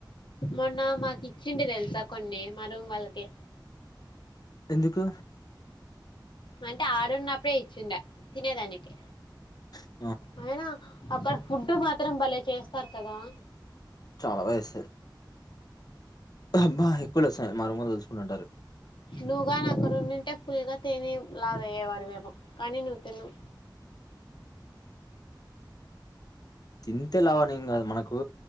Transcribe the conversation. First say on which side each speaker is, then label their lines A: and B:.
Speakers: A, on the left; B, on the left.
A: మొన్న మాకిచ్చిండే తెలుసా కొన్ని, మా రూమ్ వాళ్ళకి.
B: ఎందుకు
A: అంటే ఆడున్నప్పుడే ఇచ్చిండ. తినేదానికి.
B: స
A: అయినా అక్కడ ఫుడ్డు మాత్రం భలే చేస్త పర్తదా
B: చాలా బాధేస్తది. అబ్బా ఎక్కువలే సా మా రూమ్ వాళ్ళు తలుసుకుంటుంటారు
A: నువ్వు గాని అక్కడ ఉండింటే ఫుల్ గా తేని లావు అయ్యేవాడివి ఏమో కానీ నువ్వు తినవు
B: తింతే లావనీం ఏమ్ కాదు మనకు